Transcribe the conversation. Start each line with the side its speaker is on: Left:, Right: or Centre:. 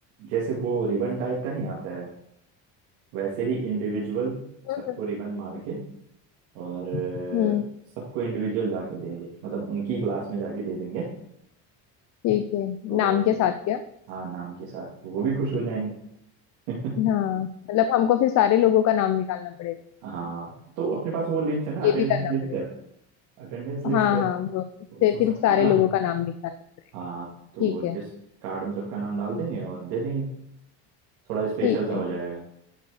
Right: जैसे वो रिबन टाइप का नहीं आता है वैसे ही इंडिविजुअल
Left: हम्म
Right: सबको
Left: हम्म,
Right: रिबन मार के और अ,
Left: हम्म,
Right: सबको इंडिविजुअल जाके देंगे मतलब उनकी क्लास में जाके दे देंगे
Left: ठीक है
Right: तो
Left: नाम के साथ क्या
Right: हाँ नाम के साथ तो वो भी खुश हो जाएंगे <laughs>
Left: हाँ मतलब हमको फिर सारे लोगों का नाम निकालना पड़ेगा
Right: हाँ तो अपने पास वो लिस्ट है ना
Left: ये
Right: अटेंडेंस
Left: भी करना
Right: लिस्ट
Left: पड़ेगा
Right: है अटेंडेंस लिस्ट
Left: हाँ
Right: है
Left: हाँ वो उससे
Right: उसमें
Left: फिर
Right: सबका
Left: सारे
Right: नाम
Left: लोगों
Right: है
Left: का नाम निकालना पड़ेगा
Right: हाँ तो
Left: ठीक
Right: जिस
Left: है
Right: कार्ड में सबका नाम डाल देंगे और दे देंगे थोड़ा स्पेशल
Left: ठीक
Right: सा हो
Left: है
Right: जाएगा